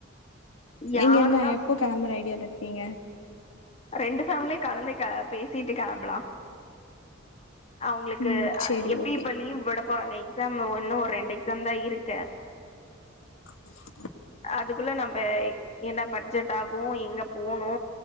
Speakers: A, on the left; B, on the left.
A: நீங்க
B: யாருதா
A: என்ன எப்போ கெளம்பற ஐடியால இருக்கீங்க?
B: ரெண்டு ஃபேமிலியு கலந்துக்க பேசிட்டு கெளம்பலா அவுங்களுக்கு
A: ம் சேரி
B: எப்டி
A: ஓகே
B: இப்ப லீவ் விட போறாங்க எக்ஸாம் ஒன்னு ஒரு ரெண்டு எக்ஸாம்தா இருக்கு
A: அவுங்களுக்கு <unintelligible>
B: அதுக்குள்ள நம்ப என்ன பட்ஜெட் ஆகு எங்க போனு